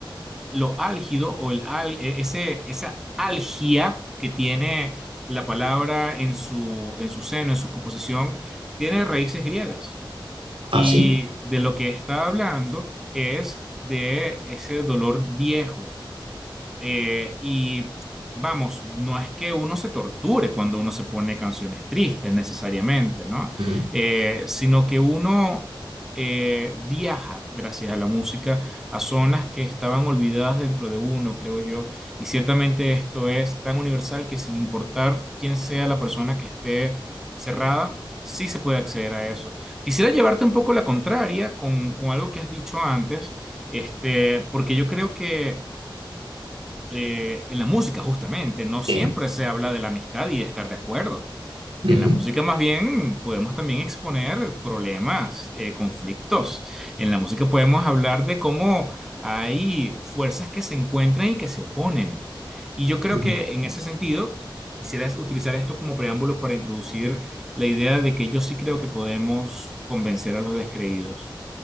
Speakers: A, in the centre; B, on the right (about 80°).
A: lo álgido o el al- eh, ese, esa algia que tiene la palabra en su, en su seno, en su composición, tiene raíces griegas. Y
B: Ah, sí.
A: de lo que está hablando es de ese dolor viejo, eh, y vamos, no es que uno se torture cuando uno se pone canciones tristes necesariamente, ¿no?
B: Mm.
A: Eh, sino que uno eh, viaja gracias a la música a zonas que estaban olvidadas dentro de uno, creo yo. Y ciertamente esto es tan universal que sin importar quién sea la persona que esté cerrada, sí se puede acceder a eso. Quisiera llevarte un poco la contraria con, con algo que has dicho antes, este, porque yo creo que eh, en la música justamente no siempre
B: Sí.
A: se habla de la amistad y de estar de acuerdo. En
B: Ujú,
A: la música más bien podemos también exponer problemas, eh, conflictos. En la música podemos hablar de cómo hay fuerzas que se encuentran y que se oponen. Y yo creo
B: ujú.
A: que en ese sentido quisiera es- utilizar esto como preámbulo para introducir la idea de que yo sí creo que podemos convencer a los descreídos.